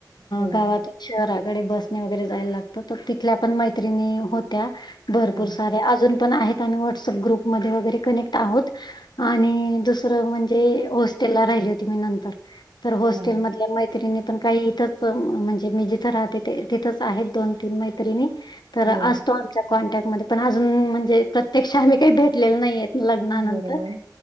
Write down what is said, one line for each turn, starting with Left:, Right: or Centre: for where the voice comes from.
Right: हो.
Left: गावातुन शहराकडे बसने वगैरे जायला लागत त तिथल्या पण मैत्रिणी होत्या. भरपूर
Right: हां,
Left: साऱ्या अजून पण आहेत आणि व्हाट्सअप ग्रुप मध्ये पण आहोत आणि दुसर म्हणजे होस हॉस्टेल ला राहीली होती मी नंतर तर होस्टेलमधल्या
Right: हां.
Left: मैत् मैत्रीणी पण काही इथच म्हणजे मी जिथं राहते तिथच आहेत दोन तीन मैत्रिणी तर
Right: हो.
Left: असतो आमच्या कॉन्टॅक्टमध्ये पण अजून म्हणजे प्रत्यक्ष आम्ही काही भेटलेलो नाहीयेत. लग्नानंतर
Right: बरोबर.